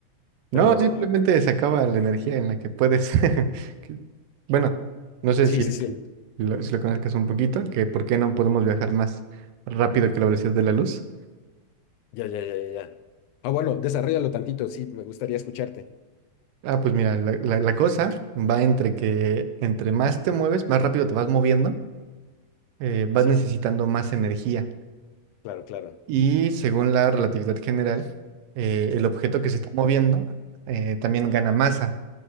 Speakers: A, on the right; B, on the left.
A: No,
B: pero
A: simplemente se acaba la energía en la que puedes. <laughs> que- Bueno, no sé
B: sí,
A: si
B: sí, sí,
A: lo, si lo conozcas un poquito, que por qué no podemos viajar más rápido que la velocidad de la luz.
B: ya, ya, ya, ya. ya. Ah, bueno, desarrollalo tantito, sí, me gustaría escucharte.
A: Ah, pues mira, la, la- la cosa va entre que entre más te mueves, más rápido te vas moviendo, eh, vas
B: Sí,
A: necesitando más energía.
B: claro, claro,
A: Y según la relatividad general, eh, el objeto que se está moviendo eh, también gana masa.